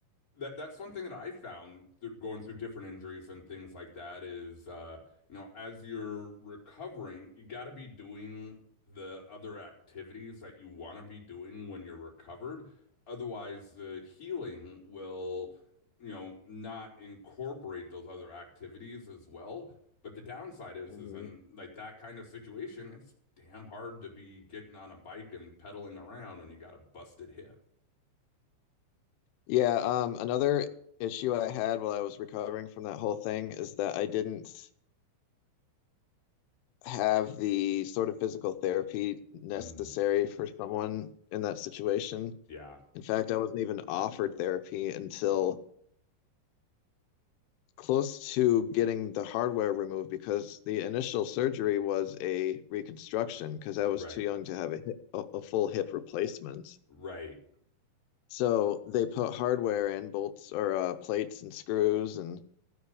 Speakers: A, on the left; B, on the left.
A: that that's one thing that I found through going through different injuries and things like that is uh, you know, as you're recovering, you got to be doing the other activities that you want to be doing when you're recovered. Otherwise, the healing will, you know, not incorporate those other activities as well. But the downside is,
B: Mhm.
A: is in like that kind of situation, it's damn hard to be getting on a bike and pedaling around when you got a busted hip.
B: Yeah, um, another issue I had while I was recovering from that whole thing is that I didn't have the sort of physical therapy necessary
A: Mm,
B: for someone in that situation.
A: yeah,
B: In fact, I wasn't even offered therapy until close to getting the hardware removed because the initial surgery was a reconstruction because I was
A: right.
B: too young to have a, hip, a, a full hip replacement.
A: Right.
B: So they put hardware in bolts or uh, plates and screws, and